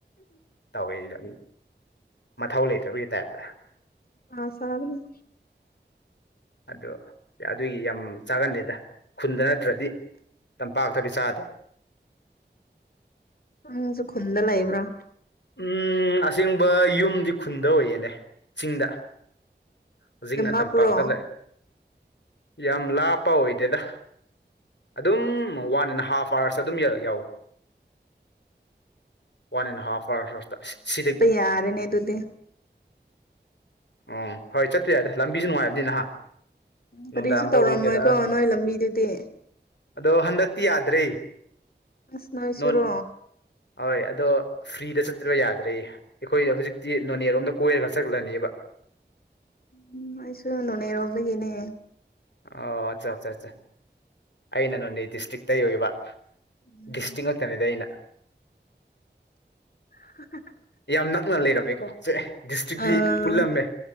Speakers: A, on the left; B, on the left.
A: ꯇꯧꯋꯦꯁꯤꯗ ꯃꯊꯧ ꯂꯩꯇꯕꯒꯤ ꯇꯥꯏꯞꯇ꯫
B: ꯑꯥ ꯁꯥꯕꯅ‌ꯦ꯫
A: ꯑꯗꯨ ꯑꯗꯨꯒꯤ ꯌꯥꯝ ꯆꯥꯒꯟꯗꯦꯗ ꯈꯨꯟꯗ ꯅꯠꯇ꯭ꯔꯗꯤ ꯇꯝꯄꯥꯛꯇꯗꯤ ꯆꯥꯗꯦ꯫
B: ꯏꯪꯁꯨ ꯈꯨꯟꯗ ꯂꯩꯕ꯭ꯔꫭ꯫
A: ꯎꯝ ꯑꯁꯦꯡꯕ ꯌꯨꯝꯗꯤ ꯈꯨꯟꯗ ꯑꯣꯏꯌꯦꯅꯦ ꯆꯤꯡꯗ꯫ ꯍꯧꯖꯤꯛꯅ
B: ꯌꯥꯝ ꯂꯥꯞꯄ꯭ꯔꯣ
A: ꯇꯝꯄꯥꯛꯇ ꯂꯩ ꯌꯥꯝ ꯂꯥꯞꯄ ꯑꯣꯏꯗꯦꯗ ꯑꯗꯨꯝ ꯋꯥꯟ ꯑꯦꯟ ꯍꯥꯐ ꯑꯥꯋꯔꯁ ꯑꯗꯨꯝ ꯌꯥꯎꯋꯦ ꯋꯥꯟ ꯑꯦꯟ ꯍꯥꯐ ꯑꯥꯋꯥꯔ ꯁꯤꯗꯒꯤ
B: ꯌꯥꯔꯅꯦ ꯑꯗꯨꯗꯤ
A: ꯑꯣ ꯍꯣꯏ ꯆꯠ ꯌꯥꯏꯗ ꯂꯝꯕꯤꯁꯨ ꯅꯨꯡꯉꯥꯏꯕꯅꯤꯅ ꯍꯥ
B: ꯀꯔꯤꯁꯨ
A: ꯅꯨꯡꯗꯥꯡꯗ
B: ꯇꯧꯔꯝꯃꯣꯏꯀꯣ
A: ꯑꯣꯏꯒꯦꯔꯥ
B: ꯅꯣꯏ ꯂꯝꯕꯤꯗꯨꯗꯤ
A: ꯑꯗꯣ ꯍꯟꯗꯛꯇꯤ ꯌꯥꯗ꯭ꯔꯦ
B: ꯑꯁ ꯅꯣꯏꯁꯨꯔꯣ
A: ꯅꯣꯟ ꯍꯣꯏ ꯑꯗꯣ ꯐ꯭ꯔꯤꯗ ꯆꯠꯇ꯭ꯔꯕ ꯌꯥꯗ꯭ꯔꯦ ꯑꯩꯈꯣꯏꯗ ꯍꯧꯖꯤꯛꯇꯤ ꯅꯣꯅꯦꯔꯣꯝꯗ ꯀꯣꯏꯔꯒ ꯆꯠꯂꯅꯤꯕ
B: ꯎꯝ ꯑꯩꯁꯨ ꯅꯣꯅꯦꯔꯣꯝꯗꯒꯤꯅꯦ
A: ꯑꯣ ꯑꯠꯆꯥ ꯑꯆꯥ ꯑꯠꯆꯥ ꯑꯩꯅ ꯅꯣꯅꯦ ꯗꯤꯁꯇ꯭ꯔꯤꯛꯇꯩ ꯑꯣꯢꯕ
B: ꯎꯝ
A: ꯗꯤꯁꯇ꯭ꯔꯤꯛ ꯅꯛꯇꯅꯤꯗ ꯑꯩꯅ
B: <unintelligible>
A: ꯌꯥꯝ ꯅꯛꯅ ꯂꯩꯔꯝꯃꯦꯀꯣ ꯁꯦ ꯗꯤꯁꯇ꯭ꯔꯤꯛꯇꯤ
B: ꯑꯥ
A: ꯄꯨꯜꯂꯝꯃꯦ